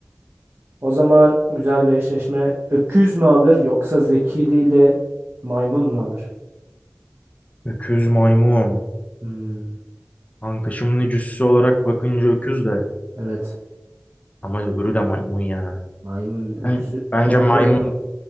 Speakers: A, on the right; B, on the left.
A: O zaman güzel bir eşleşme. Öküz mü alır yoksa zekiliyle maymun mu alır?
B: Öküz maymun.
A: Hmm,
B: Kanka şimdi cüssü olarak bakınca öküz de.
A: evet.
B: Ama öbürü de maymun ya.
A: Maymun öküzü
B: Ben, bence
A: kontrol
B: maymun
A: eder.